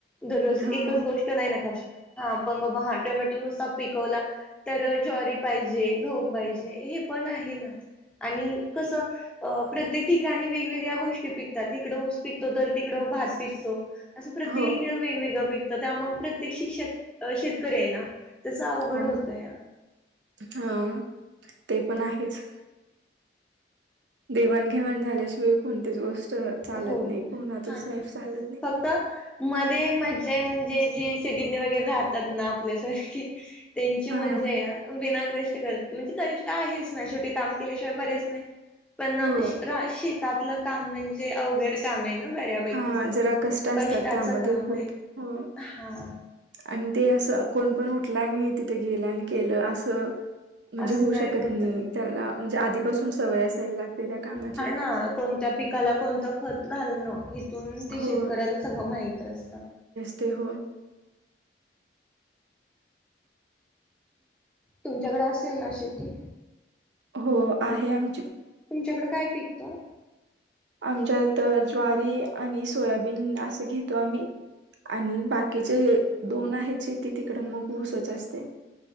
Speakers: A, in the centre; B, on the right (about 75°).
A: दररोज
B: आहे हा
A: एकच गोष्ट तसं नाही ना खाऊ शकत हा पण बाबा हा टोमॅटो नुससा पिकवला तर ज्वारी पाहिजे गहू पाहिजे हे पण आहे ना आणि कसं अ प्रत्येक ठिकाणी वेगवेगळ्या गोष्टी पिक तिकडं ऊस पिकतो तर तिकडं भात पिकतो असं प्रत्येकाकडे
B: हो
A: वेगवेगळं पिक तर त्यामुळे प्रत्येक शिक्षक शेतकरी आहे ना त्याचं अवघड
B: हो
A: होतंया.
B: हा ते पण आहेच. देवाणघेवाण झाल्याशिवाय कोणतीच गोष्ट चालत
A: हो
B: नाही
A: ना
B: कोणाचच
A: हा ना
B: लाईफ चालत नाही
A: फक्त मध्ये मज्जा आहे म्हणजे जे सिटीतले वगैरे राहतात ना आपल्यासारखे त्यांची मजा
B: हा
A: आहे बिना कष्ट कर म्हणजे कष्ट आहेच ना शेवटी काम केल्याशिवाय बरेचं पण ना
B: हो
A: शेतातल काम म्हणजे अवघड काम आहे ना बऱ्यापैकी
B: हा
A: जरा
B: कष्ट असतात
A: कष्टाच
B: त्यामध्ये
A: काम
B: खूप
A: आहे
B: हो
A: हा
B: आणि ते असं कोण पण उठलं आणि तिथं गेलं आणि केलं असं म्हणजे
A: असं
B: होऊ शकत
A: होतय
B: नाही त्याला म्हणजे आधीपासून सवय असायला लागते त्या कामात
A: हा ना कोणत्या पिकाला कोणतं खत घालणं‌. ते
B: हो
A: शेतकऱ्याला सगळं माहित असतं.
B: तेह
A: तुमच्याकडे असेल ना शेती
B: हो आहे आम
A: तुमच्याकडं काय पिकतं
B: आमच्या इथं ज्वारी आणि सोयाबीन असं घेतो आम्ही आणि बाकीचे दोन आहेत शेती तिकडं मग ऊसच असते.